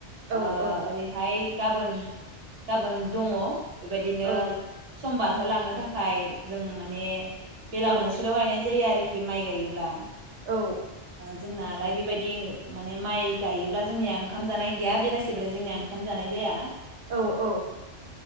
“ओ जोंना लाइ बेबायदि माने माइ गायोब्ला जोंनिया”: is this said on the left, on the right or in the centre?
Right